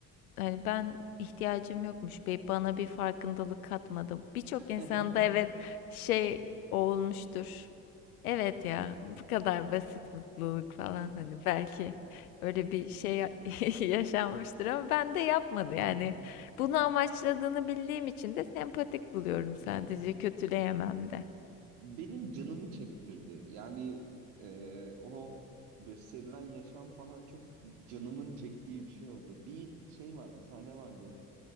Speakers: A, on the left; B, on the right.
A: hani ben ihtiyacım yokmuş. be- Bana bir farkındalık katmadı. Birçok
B: <laughs>
A: insanda evet şey olmuştur. Evet ya bu kadar basit mutluluk falan
B: Evet.
A: hani belki öyle bir şey ya- <laughs> yaşanmıştır ama ben de yapmadı yani
B: Hı
A: bunu amaçladığını bildiğim için de sempatik buluyorum sadece
B: hı.
A: kötüleyemem de.
B: Benim canımı çektirdi. Yani e, o gösterilen yaşam falan çok canımın çektiği bir şey oldu. Bir şey vardı, sahne vardı.